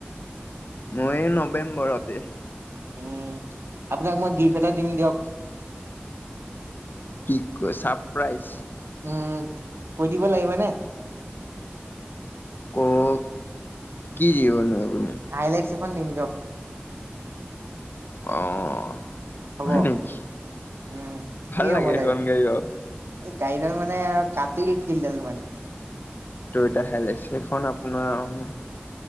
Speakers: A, on the left (about 55°); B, on the right (about 85°).
A: মই নৱেম্বৰতে।
B: উম, আপোনাক মই গিফ্ট এটা দিম দিয়ক।
A: কি কয় ছাপপ্ৰাইজ।
B: উম, কৈ দিব লাগিবনে?
A: কওঁক, কি দিবনো আপুনি?
B: আইলেক্স এখন দিম দিয়ক।
A: অ',
B: হ'ব
A: হয় নেকি,
B: উম
A: ভাল
B: কি
A: লাগে
B: ৰঙৰ
A: সেইখন
B: লাগিব?
A: গাড়ী বাউ।
B: এই গাড়ীডাল মানে কাতিল ফিল্ডাল মানে।
A: টো এতিয়া হেইলাইক্স এইখন আপোনাৰ অ,